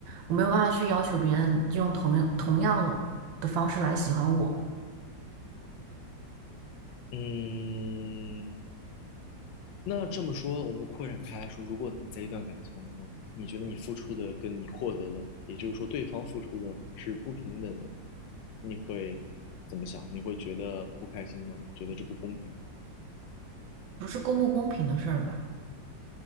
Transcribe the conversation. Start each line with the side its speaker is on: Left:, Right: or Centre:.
Right: 我没有办法去要求别人用同样同样的方式来喜欢我。
Left: 嗯，那这么说，我们扩展开来说，如果你在一段感情当中，你觉得你付出的跟你获得的，也就是说对方付出的是不平等的，你会怎么想？你会觉得不开心吗？你会觉得这不公平吗？
Right: 不是公不公平的事儿吧？